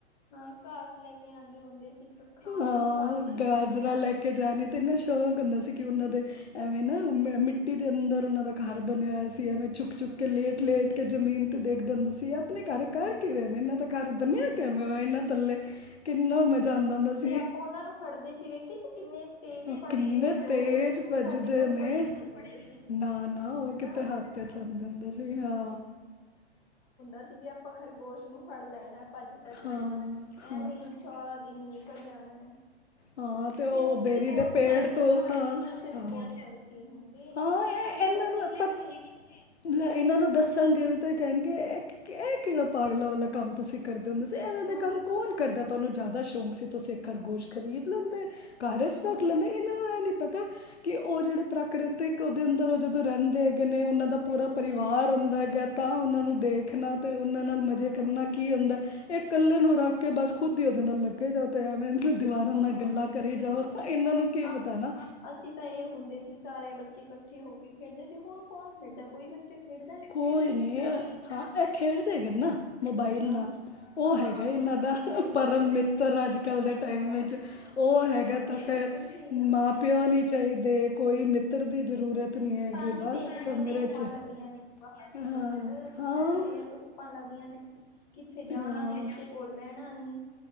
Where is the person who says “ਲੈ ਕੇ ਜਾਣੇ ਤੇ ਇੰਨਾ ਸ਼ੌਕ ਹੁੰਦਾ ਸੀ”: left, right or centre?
Left